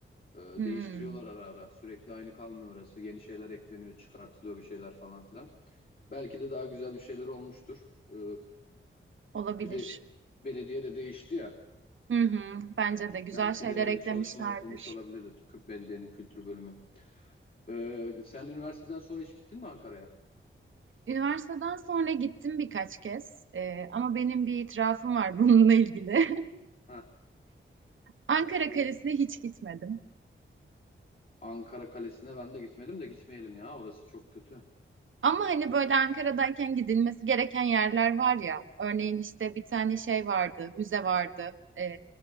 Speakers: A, on the left (about 45°); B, on the right (about 70°).
A: e,
B: Hmm,
A: değiştiriyorlar ara ara. Sürekli aynı kalmıyor orası. Yeni şeyler ekleniyor, çıkartılıyor bir şeyler falan filan. Belki de daha güzel bir şeyler olmuştur. Ee,
B: olabilir.
A: bir de belediye de değişti ya.
B: Hı hı, bence de güzel
A: Belki
B: şeyler
A: de öyle
B: eklemişlerdir.
A: bir çalışma yapılmış olabilir. Kü- Belediyenin kültür bölümü. Ee, sen üniversiteden sonra hiç gittin mi Ankara'ya?
B: Üniversiteden sonra gittim birkaç kez Ee, ama benim bir itirafım var bununla ilgili. <laughs>
A: Ha,
B: Ankara Kalesi'ne hiç gitmedim.
A: Ankara Kalesi'ne ben de gitmedim de gitmeyelim ya. Orası çok kötü.
B: Ama hani böyle Ankara'dayken gidilmesi gereken yerler var ya. Örneğin işte bir tane şey vardı, müze vardı. Ee,